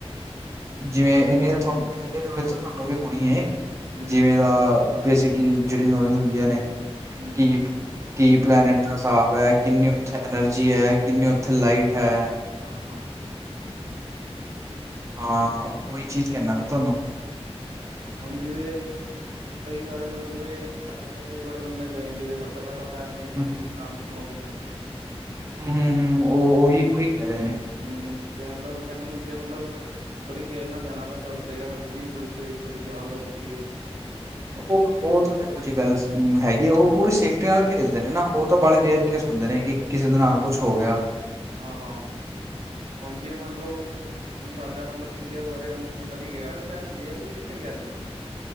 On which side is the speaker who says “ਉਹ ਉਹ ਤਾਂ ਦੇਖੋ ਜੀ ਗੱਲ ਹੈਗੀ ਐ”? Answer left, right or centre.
Right